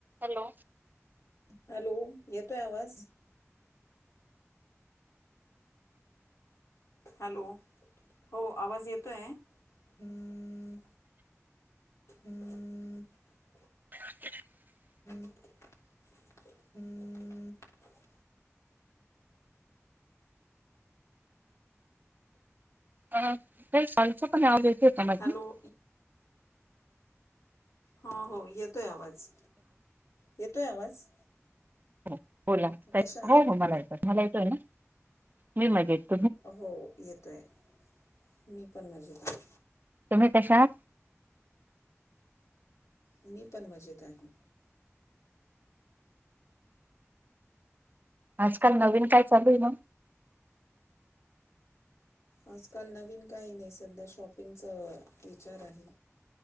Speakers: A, on the right; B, on the left.
A: हॅलो
B: हॅलो येतोय आवाज हॅलो हो आवाज येतोय. हम्म <inaudible>
A: <inaudible>
B: हम्म <inaudible>
A: अ का कलच पण आवज येत हो का मझी
B: हॅलो
A: <unintelligible> <unintelligible>
B: हो हो येतोय आवाज, येतोय आवाज
A: हो बोला
B: कशा आहात
A: हो हो मला येतय मला येतय ना मी मग <unintelligible>
B: हो येतोय मी पण मजेत.
A: तुम्ही कशा आहात?
B: मी पण मजेत आहे.
A: आजकाल नवीन काय चालू आहे मग
B: आजकाल नवीन काही नाही सध्या शॉपिंगचा विचार आहे